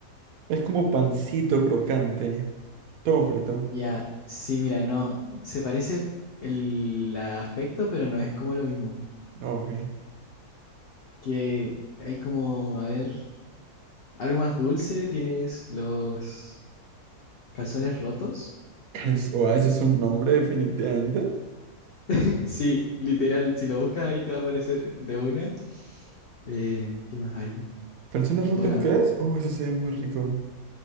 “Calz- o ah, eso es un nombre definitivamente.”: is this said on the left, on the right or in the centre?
Right